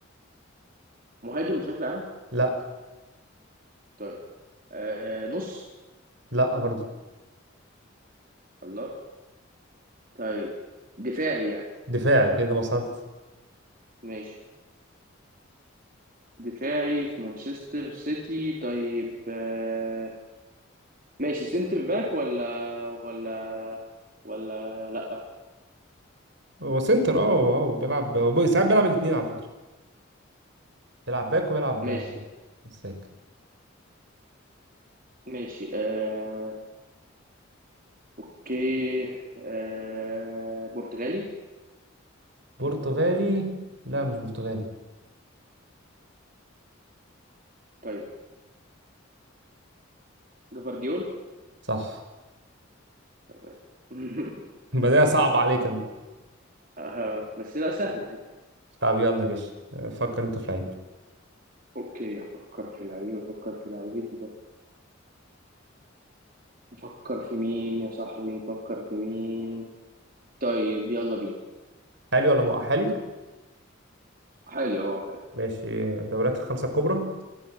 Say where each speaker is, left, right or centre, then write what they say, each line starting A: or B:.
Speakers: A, on the right (about 45°); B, on the right (about 60°).
A: مهاجم بشكل عام
B: لا
A: طيب آه نص
B: لا برضه
A: الله طيب دفاعي يعني
B: دفاعي كده وصلت
A: ماشي دفاعي في مانشستر سيتي طيب آه ماشي سنتر باك ولا ولا ولا لا
B: هو سنتر اه اه بيلعب هو بي- ساعات بيلعب الاتنين على فكرة بيلعب باك وبيلعب
A: ماشي
B: مساك
A: ماشي آه اوكي آه برتغالي
B: برتغالي لا مش برتغالي
A: طيب جفارديول
B: صح
A: تمام <laughs>
B: <laughs> بداية صعب عليك انا
A: آه بس لا سهل عادي
B: طب يلا يا باشا آه، فكر انت في لعيب
A: اوكي افكر في لعيب افكر في لعيب نفكر في مين يا صاحبي نفكر في مين طيب يلا بينا
B: حالي ولا مؤهلي
A: حالي اه حالي
B: ماشي دوريات الخمسة الكبرى